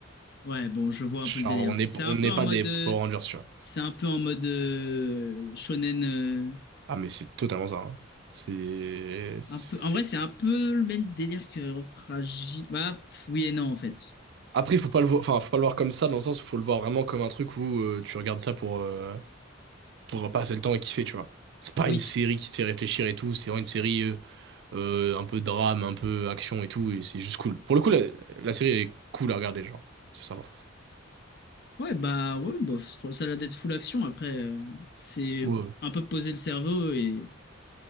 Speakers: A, on the left; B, on the right.
A: Ouais, bon, je vois
B: Genre,
A: un peu le délire.
B: on n'est
A: C'est un
B: on
A: peu
B: n'est
A: en
B: pas
A: mode,
B: des
A: euh,
B: Power Rangers, tu vois.
A: c'est un peu en mode euh, shonen. euh,
B: Ah, mais c'est totalement ça. hein. C'est, c'est...
A: un peu, en vrai, c'est un peu le même délire que Fragile. Bah, pff, oui et non en fait.
B: Après, il faut pas le voir... enfin, faut pas le voir comme ça, dans le sens où faut le voir vraiment comme un truc où euh, tu regardes ça pour, euh, pour passer le temps et kiffer, tu vois. C'est pas
A: Oui.
B: une série qui te fait réfléchir et tout, c'est vraiment une série euh, euh, un peu drame, un peu action et tout, et c'est juste cool. Pour le coup, la, la série est cool à regarder, genre. Ça, ça va.
A: Ouais, bah, ouais, bah, f- ça a l'air d'être full action. Après, euh, c'est
B: Ouais,
A: un peu poser le cerveau et,